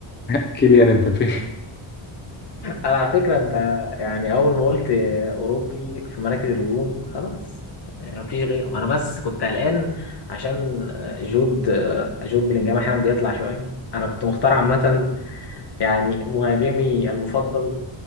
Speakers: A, on the left (about 20°); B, on the left (about 55°).
A: <laughs> كيليان امبابي
B: انا على فكره انت يعني اول ما قلت اوروبي في مراكز الهجوم خلاص يعني مفيش غيره انا بس كنت قلقان عشان جود جود بلينجهام احيانا بيطلع شويه انا كنت مختار عامه يعني مهاجمي المفضل